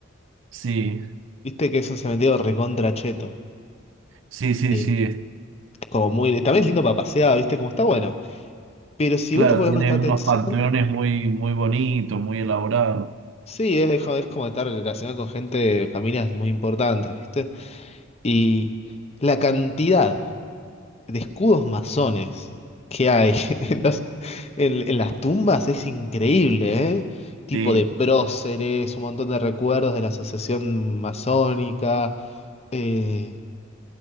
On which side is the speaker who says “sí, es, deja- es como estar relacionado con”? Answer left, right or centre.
Left